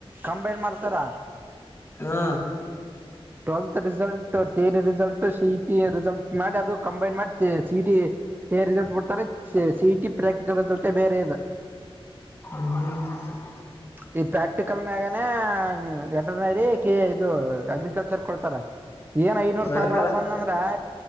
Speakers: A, on the right; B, on the left.
A: ಕಂಬೈನ್ ಮಾಡ್ತಾರ
B: <inaudible> ಹಾ
A: <inaudible> ಟ್ವೆಲ್ತ್ ರಿಸಲ್ಟ್ ತೇರಿ ರಿಸಲ್ಟ್ ಸಿಟಿ ರಿಸಲ್ಟ್ ಮಾಡಿ ಅದು ಕಂಬೈನ್ ಮಾಡ್ತೇವಿ ಸಿಟಿ ಬೇ ರಿಸಲ್ಟ್ ಬಿಡ್ತಾರೆ ಸಿಟಿ ಪ್ರಾಕ್ಟಿಕಲ್ ರಿಸಲ್ಟೇ ಬೇರೆ ಇದು
B: ಹ
A: ಈ ಪ್ರಾಕ್ಟಿಕಲ್ ಮ್ಯಾಗಾನ ವೆಟರ್ನರಿ ಕ ಇದು ಅಗ್ರಿಕಲ್ರ್ ಹೇಳ್ತಾರೆ ಏನ್ ಐದನೂರ್
B: ವೆಟನರ
A: ಸಾವಿರ ಒಳಗ್ ಬಂದಂದ್ರೆ